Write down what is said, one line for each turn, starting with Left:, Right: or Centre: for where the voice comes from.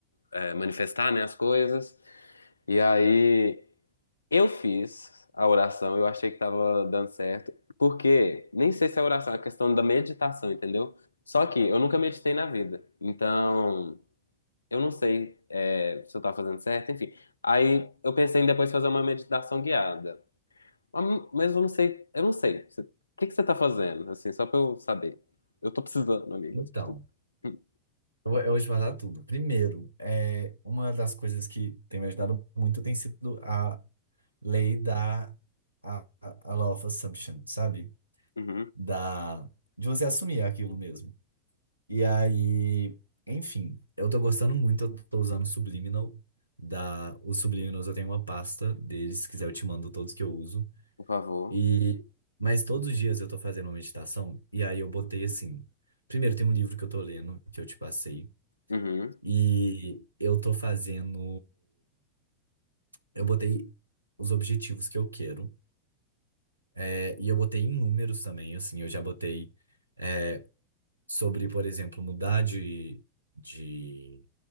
Left: é manifestar, né, as coisas. E aí, Eu fiz a oração, eu achei que tava dando certo, porque nem sei se é oração, é questão da meditação, entendeu? Só que eu nunca meditei na vida, então eu não sei é, se eu tava fazendo certo, enfim. Aí eu pensei em depois fazer uma meditação guiada, mas mas eu não sei, eu não sei. Você- O que que você tá fazendo, assim, só pra eu saber? Eu tô precisando, amigo.
Right: Então,
Left: eu tô precisando. Hum,
Right: eu, vou- eu vou te falar tudo. Primeiro, é, uma das coisas que tem me ajudado muito tem sido a lei da a, a law of assumption, sabe?
Left: Uhum,
Right: Da, de você assumir aquilo mesmo. E aí, enfim, eu tô gostando muito, eu tô usando o Subliminal. Da, os Subliminals eu tenho uma pasta deles, se quiser eu te mando todos que eu uso.
Left: por favor.
Right: E, mas todos os dias eu tô fazendo uma meditação, e aí eu botei assim. Primeiro, tem um livro que eu tô lendo, que eu te passei,
Left: Uhum,
Right: e eu tô fazendo. Eu botei os objetivos que eu quero, é, e eu botei em números também, assim, eu já botei é, sobre, por exemplo, mudar de, de